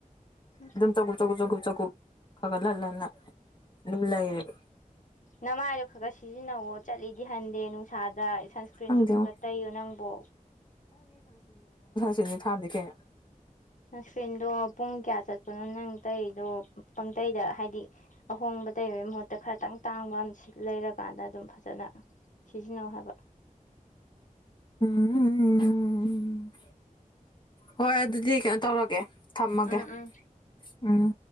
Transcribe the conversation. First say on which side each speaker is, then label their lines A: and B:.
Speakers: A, on the left; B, on the left.
A: ꯎꯝ
B: ꯏꯕꯦꯝꯃ ꯑꯗꯨꯝ ꯆꯒꯨꯞ ꯆꯒꯨꯞ ꯆꯒꯨꯞ ꯆꯒꯨꯞ ꯈꯒ ꯂꯟ ꯂꯟ ꯅꯥ ꯑꯗꯨꯝ ꯂꯩꯔꯦꯕ
A: ꯅꯃꯥꯏꯗꯣ ꯈꯔ ꯈꯔ ꯁꯤꯖꯤꯟꯅꯧꯑꯣ ꯆꯠꯂꯤꯗꯤ ꯍꯟꯗꯦ ꯅꯨꯡꯁꯥꯗ ꯁꯟꯁꯀ꯭ꯔꯤꯟꯁꯨ
B: ꯈꯪꯗꯦꯉꯣ
A: ꯈꯒ ꯇꯩꯌꯨ ꯅꯪꯕꯣ
B: ꯄꯦꯃꯦꯟ ꯊꯗꯦ ꯀꯩꯅꯣ
A: ꯁꯟꯁꯀ꯭ꯔꯤꯟꯗꯣ ꯄꯨꯡ ꯀꯌꯥ ꯆꯠꯄꯅꯣ ꯅꯪ ꯇꯩꯕꯤꯗꯣ ꯄꯡ ꯑꯇꯩꯗ ꯍꯥꯏꯗꯤ ꯑꯍꯣꯡꯕ ꯇꯩꯕꯩ ꯃꯍꯨꯠꯇ ꯈꯔꯇꯪ ꯇꯥꯡꯕ ꯑꯃ ꯂꯩꯔꯀꯥꯟꯗ ꯑꯗꯨꯝ ꯐꯖ ꯆꯅ ꯁꯤꯖꯤꯟꯅꯧ ꯍꯥꯏꯕ
B: ꯎꯝ ꯎꯝ ꯎꯝ ꯍꯣꯏ ꯑꯗꯨꯗꯤ ꯀꯩꯅꯣ ꯇꯧꯔꯒꯦ ꯊꯝꯃꯒꯦ
A: ꯎꯝ ꯎꯝ
B: ꯎꯝ